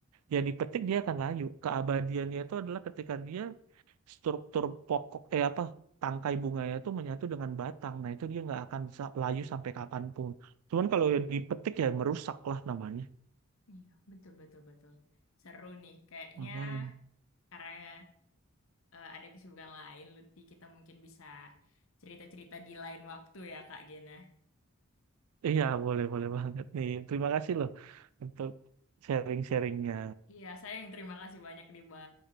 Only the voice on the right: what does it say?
ya dipetik dia akan layu keabadiannya itu adalah ketika dia struktur pokok eh apa tangkai bunganya itu menyatu dengan batang. Nah, itu dia nggak akan bisa layu sampai kapanpun. Cuman kalau yang dipetik ya merusak lah namanya.
Makan.
Iya, boleh boleh banget nih. Terima kasih loh untuk sharing-sharingnya.